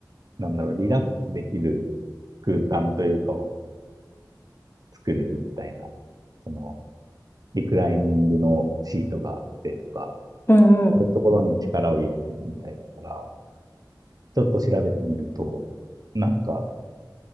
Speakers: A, on the right; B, on the left.
A: なんだろう、リラックスできる空間というかを作るみたいな、そのリクライニングのシートがあってとか、
B: うんうん。
A: そういうところに力を入れてるみたいだから、ちょっと調べてみると、なんか、